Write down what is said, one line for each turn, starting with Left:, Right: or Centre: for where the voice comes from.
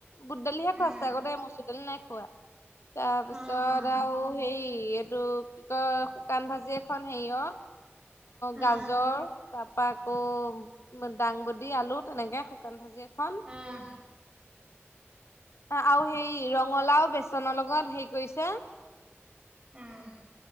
Left: বুট দালিহে
Right: অ',
Left: খোৱাছে আগতে মচুৰ দালি নাই খোৱা তাৰ পিছত
Right: অ',
Left: আৰু সেই এইটো কি কয় শুকান ভাজি এখন সেই অ
Right: অ',
Left: গাজৰ তা পা আকৌ দাংবডী আলু তেনেকে শুকান ভাজি এখন।
Right: আহ।
Left: আও সেই ৰঙালাও বেচনৰ লগত সেই কৰিছে।
Right: অহ।